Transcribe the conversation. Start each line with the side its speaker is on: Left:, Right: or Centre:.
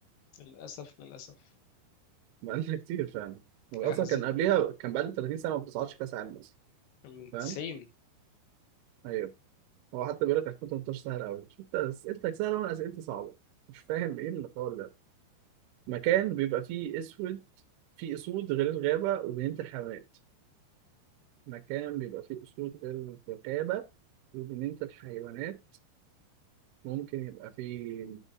Left: للاسف للاسف
Right: بقالنا كتير فعلا هو
Left: حاجه
Right: أصلا
Left: حزينه
Right: كان قبليها كان بقالنا 30 سنة ما بتصعدش كأس العالم أصلا
Left: من
Right: فاهم؟
Left: 90
Right: أيوه هو حتى بيقول لك 2018 سهل قوي انت اسئلتك سهله وانا اسئلتي صعبه مش فاهم ايه الحوار ده مكان بيبقى فيه اسود فيه اسود غير الغابه وبنينه الحيوانات مكان بيبقى فيه اسود غير الغابه وبنينه الحيوانات ممكن يبقى فيه